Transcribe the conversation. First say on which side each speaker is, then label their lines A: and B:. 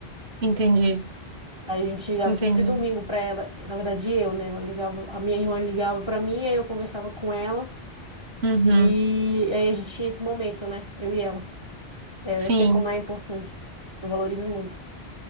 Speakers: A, on the right; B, on the right.
A: Entendi,
B: Aí a gente ligava
A: entendi.
B: sempre domingo pra ela, na verdade eu, né? Ela ligava, a minha irmã ligava pra mim, aí eu conversava com ela
A: Uhum.
B: e aí a gente tinha esse momento, né? Eu e ela. É,
A: Sim.
B: Eu sei como é importante, eu valorizo muito.